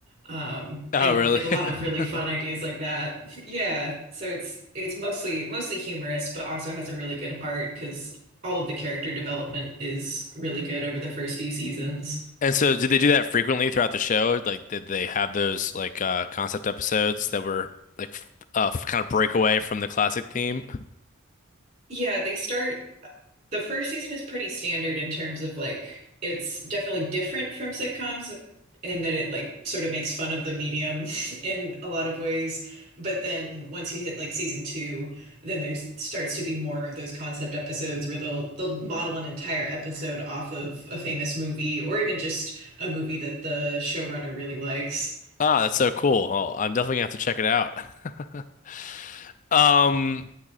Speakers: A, on the right; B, on the left.
A: Um,
B: Oh,
A: and
B: really?
A: like a lot of really
B: <laughs>
A: fun ideas like that. <laughs> Yeah, so it's it's mostly mostly humorous, but also has a really good heart because all of the character development is really good over the first few seasons.
B: And so did they do that frequently throughout the show? Like, did they have those like uh, concept episodes that were like f- uh, kind of break away from the classic theme?
A: Yeah, they start The first season is pretty standard in terms of like it's definitely different from sitcoms in that it like sort of makes fun of the medium <laughs> in a lot of ways. But then once you hit like season two, then there's starts to be more of those concept episodes where they'll they'll model an entire episode off of a famous movie or even just a movie that the showrunner really likes.
B: Ah, that's so cool. Oh, I'm definitely gonna have to check it out. <laughs> Um,